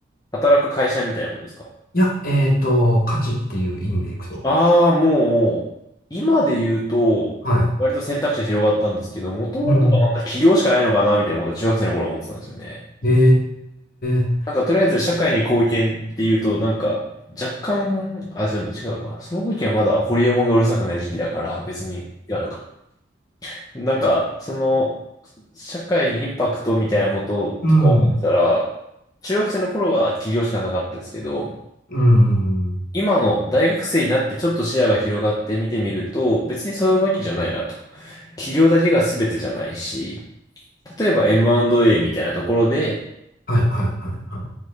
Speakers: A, on the left; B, on the left.
A: 働く会社みたいなことですか
B: いや、えっと、価値っていう意味でいくと。
A: ああー、もう、今で言うと、
B: はい。
A: 割と選択肢が広がったんですけど、もともとはなんか起業しかないのかな、
B: うん。
A: みたいなことは中学生の頃思ってたんですよね。
B: ええ、
A: なんかとりあえず社会に貢献っていうと、なんか若干、あ、でも違うか。その時はまだホリエモンがうるさくない時期だから、別に違うのか。なんか、その、社会にインパクトみたいなこととか思ってたら、
B: うん。
A: 中学生の頃は起業しかなかったですけど、
B: うん。
A: 今の大学生になってちょっと視野が広がって見てみると、別にそういうわけじゃないなと。企業だけが全てじゃないし、例えば M&A みたいなところで、
B: はいはいはいはい。